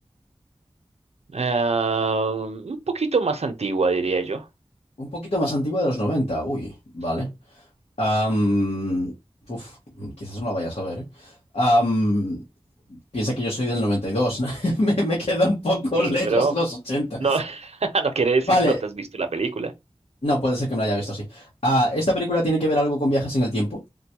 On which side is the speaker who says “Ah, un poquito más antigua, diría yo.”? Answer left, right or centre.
Right